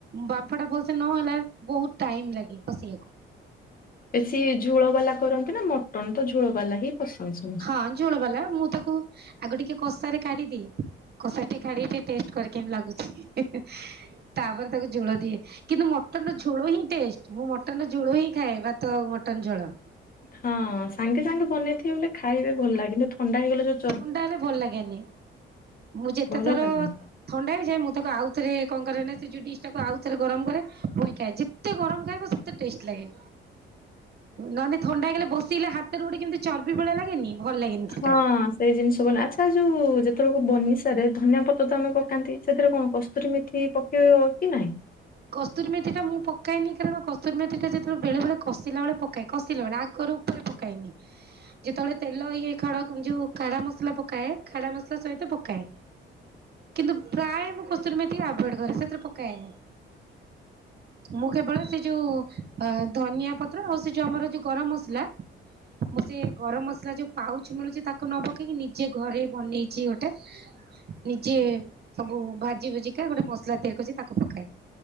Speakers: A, on the right; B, on the left.
A: ବାମ୍ଫଟା ଭଲସେ ନହେଲା ବହୁତ୍ ଟାଇମ୍ ଲାଗେ କସିଆକୁ।
B: ବେଶୀ ଝୋଳବାଲା କରନ୍ତି ନା ମଟନ୍ ତ ଝୋଳବାଲା ହି ପସନ୍ଦ ସବୁ।
A: ହଁ ଝୋଳବାଲା ମୁଁ ତାକୁ ଆଗ ଟିକେ କଷାରେ କାଢିଦିଏ କଷାରେ ଟିକେ କାଢିକି ଟିକେ ଟେଷ୍ଟ କରେ କେମତି ଲାଗୁଚି? ତାପରେ ତାକୁ ଝୋଳ ଦିଏ। କିନ୍ତୁ ମଟନ୍ ର ଝୋଳ ହିଁ ଟେଷ୍ଟ ମୁଁ ମଟନ୍ ର ଝୋଳ ହିଁ ଖାଏ ଭାତ ଆଉ ମଟନ ଝୋଳ।
B: ହଁ ସାଙ୍ଗେ ସାଙ୍ଗେ ବନେଇଥିବ ବୋଲେ ଖାଇବେ ଭଲ ଲାଗେ, କିନ୍ତୁ ଥଣ୍ଡା ହେଇଗଲେ ଯଦି
A: ଥଣ୍ଡା ହେଲେ ଭଲ ଲାଗେନି ମୁଁ ଯେତେ
B: ଭଲ
A: ଥର
B: ଲାଗେନି।
A: ଥଣ୍ଡା ହେଇଯାଏ ମୁଁ ତାକୁ ଆଉଥରେ କଣ କରେ ନା ସେ ଯଉ ଡିସଟାକୁ ଆଉଥରେ ଗରମ କରେ ଫୁଣି ଖାଏ, ଯେ ଯେତେ ଗରମ୍ ଖାଇବ ସେତେ ଟେଷ୍ଟ ଲାଗେ। ନହେଲେ ଥଣ୍ଡା ହେଇଗଲେ ବସିଲେ ହାତରେ କେମିତି ଗୋଟେ ଚର୍ବି ଭଳିଆ ଲାଗେନି? ଭଲ ଲାଗେନି ସେଟା।
B: ହଁ। ସେଇ ଜିନିଷ ବନା ଆଚ୍ଛା ଯୋଉ ଯେତେବଳକୁ ବନିସାରେ ଧନିଆ ପତ୍ର ତ ଆମେ ପକାନ୍ତି ସେଥିରେ କଣ କସ୍ତୁରୀ ମେଥି ପ ପକେଇବ କି ନାଇଁ?
A: କସ୍ତୁରି ମେଥିଟା ମୁଁ ପକାଏନି କାରଣ କସ୍ତୁରି ମେଥିଟା ଯେତେବେଳେ ବେଳେବେଳେ କଷିଲା ବଳେ ପକାଏ କଷିଲା ବେଳେ ଆଗରୁ ଉପରେ ପକାଏନି। ଯେତେବେଳେ ତେଲ ଇଏ ଖାଡ଼ା ଯୋଉ ଖାଡ଼ା ମସଲା ପକାଏ ଖାଡ଼ା ମସଲା ସହିତ ପକାଏ। କିନ୍ତୁ ପ୍ରାୟ ମୁଁ କସ୍ତୁରି ମେଥିକି ଆଭଏଡ୍ କରେ ସେଥିରେ ପକାଏନି। ମୁଁ କେବଳ ସେ ଯୋଉ ଧନିଆ ପତ୍ର ଆଉ ସେ ଯୋଉ ଆମର ଯୋଉ ଗରମ ମସଲା ମୁଁ ସେ ଗରମ ମସଲା ଯୋଉ ପାଉଚ୍ ମିଳୁଚି ତାକୁ ନ ପକେଇକି ନିଜେ ଘରେ ବନେଇଚି ଗୋଟେ। ନିଜେ ସବୁ ଭାଜି ଭୁଜିିକା ଗୋଟେ ମସଲା ତିଆରି କରିଚି ତାକୁ ପକାଏ।